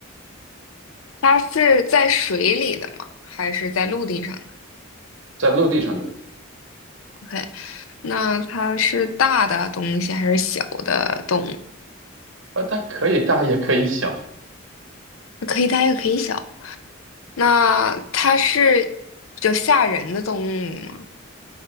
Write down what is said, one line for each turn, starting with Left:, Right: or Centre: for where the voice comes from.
Left: 它是在水里的吗？还是在陆地上
Right: 在陆地上的，
Left: OK，那它是大的东西还是小的动物？
Right: 呃它可以大也可以小，
Left: 可以大也可以小。那它是比较吓人的动物吗？